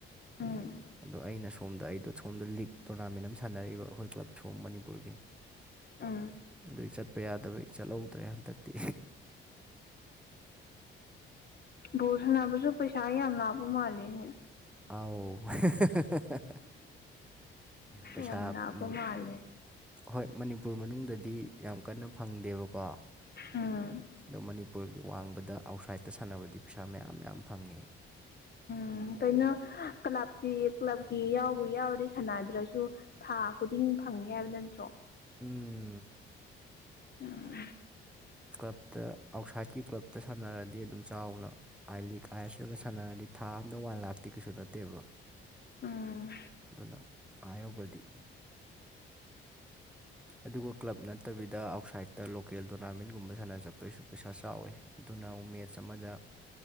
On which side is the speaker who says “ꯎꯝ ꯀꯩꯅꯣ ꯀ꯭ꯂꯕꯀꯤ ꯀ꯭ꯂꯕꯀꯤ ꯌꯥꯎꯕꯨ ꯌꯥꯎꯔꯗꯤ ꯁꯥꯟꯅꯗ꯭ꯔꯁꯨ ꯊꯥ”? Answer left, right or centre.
Left